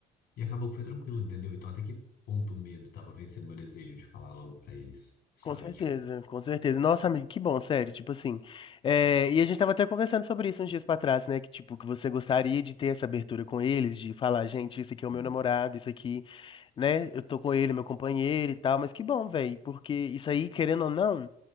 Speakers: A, on the left; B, on the left.
A: E acabou que foi tranquilo, entendeu? Então, até que ponto o medo tava vencendo meu desejo de falar logo pra eles, sabe?
B: Com certeza,
A: Tipo,
B: com certeza. Nossa, amigo, que bom, sério, tipo assim. é, e a gente tava até conversando sobre isso uns dias pra trás, né? Que, tipo, que você gostaria de ter essa abertura com eles, de falar, gente, esse aqui é o
A: hum,
B: meu namorado, isso aqui, né? Eu tô com ele, meu companheiro e tal, mas que bom, velho, porque isso aí, querendo ou não,